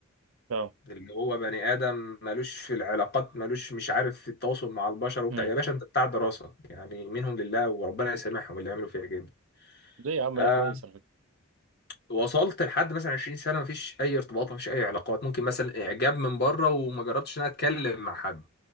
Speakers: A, on the right; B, on the left.
A: اه
B: اللي هو بني آدم مالوش في العلاقات مالوش مش عارف في التواصل مع البشر وبتاع
A: امم
B: يا باشا انت بتاع الدراسة يعني منهم لله وربنا يسامحهم اللي عملوا فيها جدا
A: ليه يا عم
B: آه،
A: لا كويس على فكره
B: وصلت لحد مثلا 20 سنة مفيش أي ارتباط مفيش أي علاقات ممكن مثلا إعجاب من بره وما جربتش إن أنا أتكلم مع حد